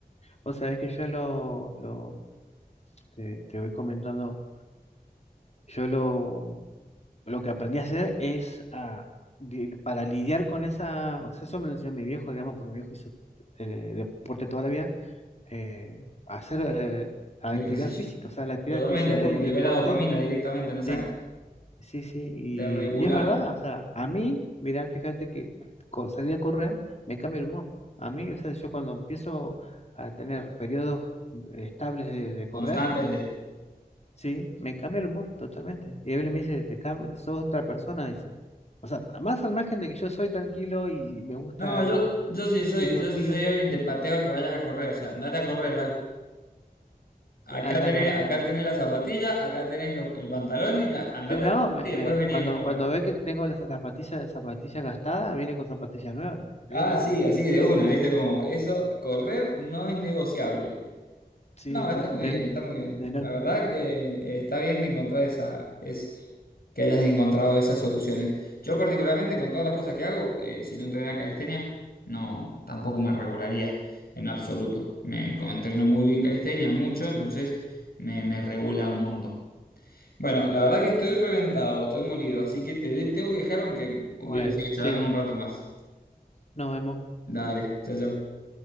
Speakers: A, on the left (about 45°); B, on the left (about 75°).
A: vos sabés que yo lo, lo te, te voy comentando, yo lo, lo que aprendí a hacer es a, di- para lidiar con esa, o sea, eso me lo enseñó mi viejo, digamos, porque mi viejo hizo eh, deporte toda la vida eh, hacer eh, actividad
B: el ejercicio.
A: física, o sea, la actividad
B: Totalmente,
A: física
B: porque
A: y el
B: libera
A: deporte,
B: dopamina directamente en la
A: sí,
B: sangre.
A: sí, sí, y,
B: Te regula
A: y es verdad, o sea, a mí, mirá, fíjate que co- salir a correr me cambia el humor, a mí, o sea, yo cuando empiezo a tener periodos eh, estables de, de correr,
B: constantes de.
A: sí, me cambia el humor totalmente, y él me dice, te cambia, sos otra persona, dice, o sea, más al margen de que yo soy tranquilo y me gusta,
B: No, yo, yo sí soy,
A: soy divertido,
B: yo sí soy Evelyn, te pateo a que vayas a correr. O sea, andate a correr, dale. Acá
A: anda
B: tenés,
A: a correr.
B: acá tenés la zapatilla, acá tenés lo- el pantalón y la, andate
A: Sí, no,
B: a correr
A: me,
B: y después
A: me-
B: venimos
A: cuando,
B: y hablamos.
A: cuando ve que tengo las zapatillas, zapatillas gastadas, viene con zapatillas nuevas.
B: Ah,
A: Sí, no,
B: sí, así, de una, ¿viste? Como eso, correr no es negociable.
A: sí,
B: No, está
A: no,
B: muy
A: de,
B: bien, está muy bien.
A: de no,
B: La verdad que eh, está bien de encontrar esa, es que hayas encontrado esas soluciones. Yo particularmente con todas las cosas que hago, eh, si no entrenara calistenia, no, tampoco me regularía en absoluto. Me co- entreno muy bien calistenia, mucho, entonces me, me regula un montón. Bueno, la verdad que estoy reventado, estoy molido, así que te de- tengo que dejar aunque hubiera
A: bueno,
B: seguido
A: sí,
B: charlando un rato más.
A: nos vemos.
B: Dale, chao, chao.